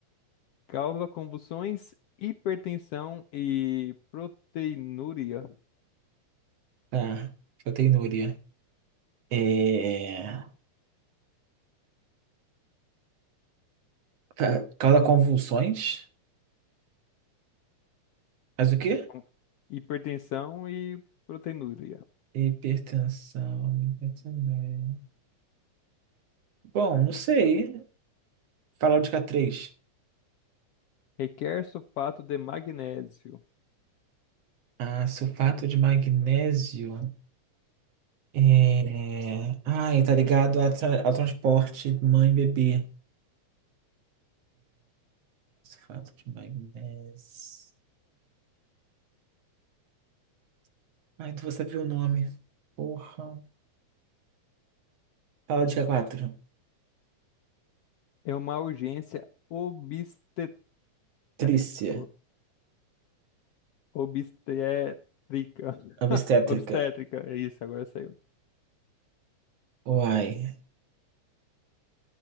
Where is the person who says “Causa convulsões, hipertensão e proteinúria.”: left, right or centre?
Left